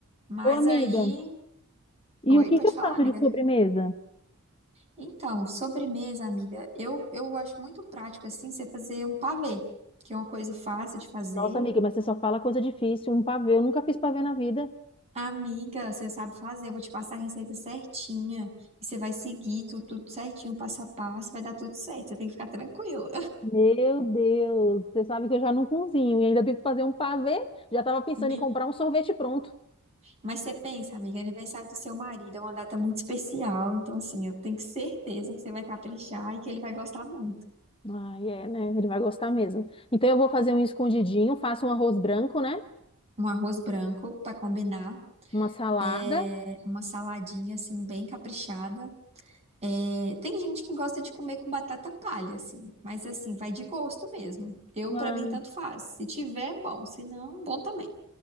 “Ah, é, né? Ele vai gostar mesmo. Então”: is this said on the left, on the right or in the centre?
Left